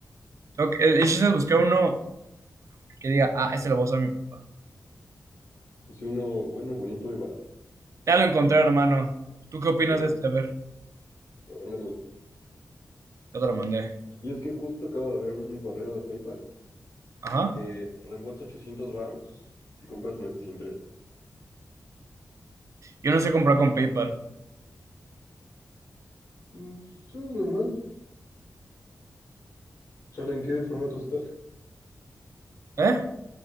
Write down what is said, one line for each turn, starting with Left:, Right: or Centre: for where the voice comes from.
Right: Tengo que- El el chiste es buscar uno que diga, ah, este lo voy a usar mi papá.
Left: Sí, uno bueno, bonito y barato.
Right: Ya lo encontré, hermano. ¿Tú qué opinas
Left: ¿Sí?
Right: de este? A ver,
Left: A ver, mándalo.
Right: ya te lo mandé.
Left: Y es que justo acabo de ver un correo de PayPal
Right: Ajá.
Left: que reembolsa 800 varos si compras meses sin intereses.
Right: Yo no sé comprar con PayPal.
Left: Mm, Sí, es normal. ¿Chale, ¿en qué formato está?
Right: ¿Eh?